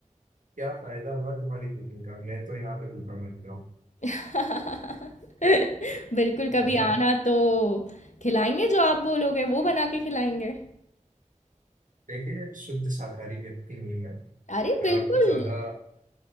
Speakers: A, on the right (about 85°); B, on the left (about 65°).
A: क्या फायदा हुआ तुम्हारी कुकिंग का मैं तो यहाँ पे भूखा मर रहा हूँ
B: <laughs> बिल्कुल कभी
A: बताओ
B: आना तो खिलाएंगे जो आप बोलोगे वो बना के खिलाएंगे
A: देखिए शुद्ध शाकाहारी व्यक्ति हूँ मैं
B: अरे बिल्कुल
A: मैं आपको ज्यादा